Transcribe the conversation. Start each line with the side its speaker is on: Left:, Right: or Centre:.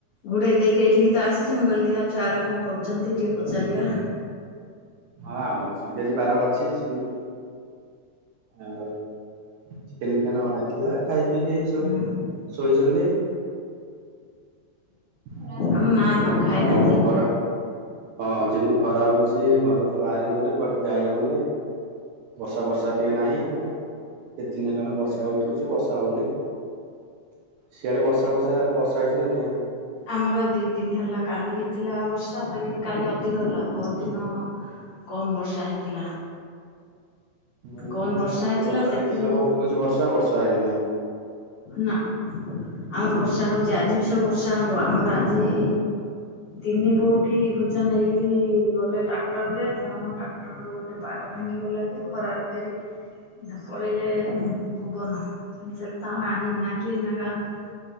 Left: ଘୁଡେଇ ଦେଇକି ଏଇଠିକି ତ ଆସିଛି ମୁଁ କହିଲି ଦେଖିଆ ଛୁଆ ଆରା କଁ କରୁଚନ୍ତି ଟିକେ ପଚାରିବା।
Right: ହଁ ଆମର ସିମତି ଆଜି ବାର ଅଛି ସିମତି ଆଉ ଚିକେନ୍ ଫିକେନ୍ ଅଣା ହେଇଥିଲା ଖାଇ ପିଇକି ଏନ୍ତି
Left: ହୁଁ
Right: ସବୁ ଶୋଇଛନ୍ତି। <unintelligible>
Left: ଆମ ନା ଆମର ଖାଇନାହାନ୍ତି।
Right: ଆଉ ଖରା ହଁ ଯେମତି ଖରା ହଉଛି ଘରୁ ତ ବାହାରି ହଉନି କୁଆଡେ ଯାଇ ହଉନି। ବର୍ଷା ଫର୍ଷା ଟିକେ ନାହିଁ ଏଇନା। କେତେ ଦିନ ହେଲାଣି ବର୍ଷା ଉଠଉଚି ବର୍ଷା ହଉନି। ସିଆଡେ ବର୍ଷା ଫର୍ଷା ବର୍ଷା ହେଇଚି ନା ନାଇଁ।
Left: ଆମର ଦି ଦିନ ହେଲା କାଲି ହେଇଥିଲା ବର୍ଷା ଫେରି କାଲି ଅଧିକ ହେଲା ପଅରଦିନ କମ୍ ବର୍ଷା ହେଇଥିଲା।
Right: ଆମର
Left: କମ୍
Right: ନାହିଁ
Left: ହେଇଥିଲା
Right: ବର୍ଷା
Left: ସେଥି
Right: ଦି ଦିନ
Left: ଯୋଗୁ
Right: ହବ ଉଠଉଚି ବର୍ଷା ବର୍ଷା ହେଇ ନାହିଁ।
Left: ନା ଆମର ବର୍ଷା ହଉଚି ଆଜି ବି ସବୁ ବର୍ଷ୍ ତା ହବ ଆମର ଆଜି ତିନି ପୋଉଟି ଭୋଜ ନେଇକରି ଗଲେ ଟ୍ରାକ୍ଟରରେ କଣ ଟାକ୍ <unintelligible> ଆଉ ଗୋଟେ ପାଟେ ଭାଙ୍ଗିଗଲା ଯେ ଖରାରେ ଫେରି ଦ ପଳେଇଲେ ଉଁ ଭୁବନ <unintelligible> ସେଠି ତାଙ୍କର ଆଣି ଉଣାକିରି <unintelligible>